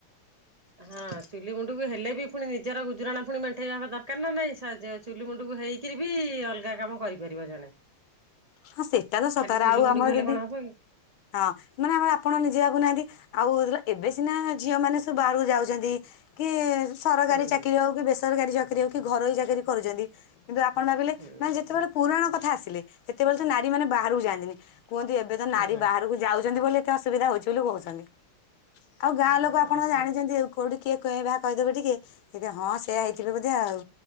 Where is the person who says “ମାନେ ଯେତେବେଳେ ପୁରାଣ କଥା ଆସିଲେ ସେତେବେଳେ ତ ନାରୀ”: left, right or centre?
Left